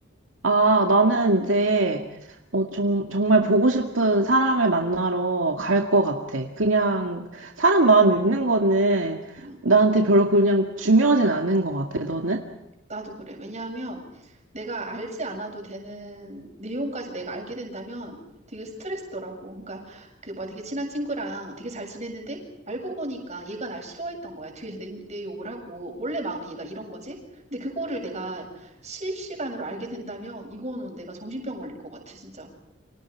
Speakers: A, on the right (about 75°); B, on the right (about 35°).
A: 아, 나는 이제, 어, 정, 정말 보고 싶은 사람을 만나러 갈 것 같아. 그냥, 사람 마음 읽는 거는
B: 음.
A: 나한테 별로 그냥 중요하진 않은 것 같아. 너는?
B: 나도 그래. 왜냐하면 내가 알지 않아도 되는 내용까지 내가 알게 된다면 되게 스트레스더라고. 그러니까 그 뭐야 되게 친한 친구랑 되게 잘 지냈는데 알고 보니까 얘가 날 싫어했던 거야. 뒤에서 내, 내 욕을 하고 원래 마음은 얘가 이런 거지. 근데 그거를 내가 실시간으로 알게 된다면 이거는 내가 정신병 걸릴 것 같아, 진짜.